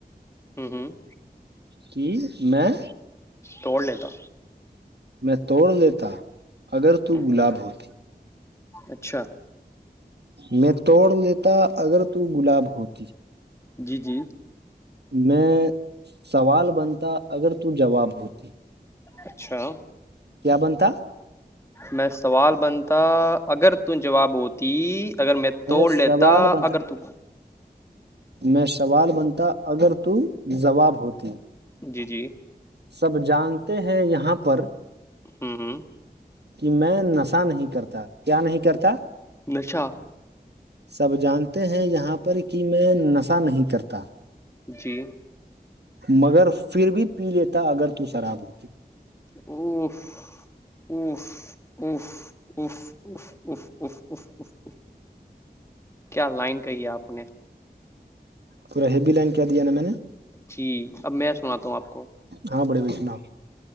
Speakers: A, on the left; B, on the right.
A: ہوں ہوں
B: کی میں
A: توڑ لیتا
B: میں توڑ لیتا اگر
A: ہوں
B: تو گلاب
A: ہوں
B: ہوتی
A: اچھا
B: میں توڑ لیتا اگر تو گلاب ہوتی
A: جی جی
B: میں سوال بنتا اگر تو جواب ہوتی
A: اچھا
B: کیا بنتا
A: میں سوال بنتا اگر تو جواب ہو ت اگر میں توڑ
B: سوال
A: لیتا
B: بنتا
A: اگر ت
B: میں سوال بنتا اگر تو جوواب ہوتی
A: جی جی
B: سب جانتے ہیں یہاں پر
A: ہوں ہوں
B: کہ میں نشہ نہیں کرتا کیا نہیں کرتا
A: پیچھا
B: سب جانتے ہیں یہاں پر کہ میں نشہ نہیں کرتا
A: جی
B: مگر پھر بھی پی لیتا اگر تو شراب ہوتی
A: او ا اس اس اس کیا لائن کہی ہے آپ نے
B: پورا ہیوی لائن کیا دیا نا میں نے
A: جی اب میں سناتا ہوں آپ کو
B: ہاں بڑے بھائی سناؤ